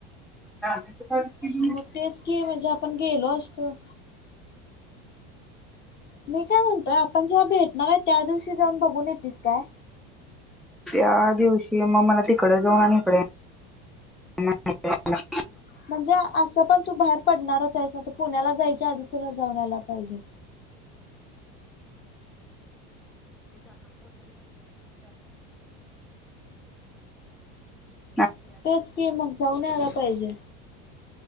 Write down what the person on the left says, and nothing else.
मग तेच की, म्हणजे पण गेलो असतो मी काय म्हणतोय आपण जेवा भेट नव्या त्या दिवशी जाऊन बघूनेतीस काय?
म्हणजे असं पण तू बाहेर पडणारचं आहेस पुण्याला जायच्या आधिस सूर जावुनआला पाहिजे
तेच की मग, जाऊन याला पाहिजे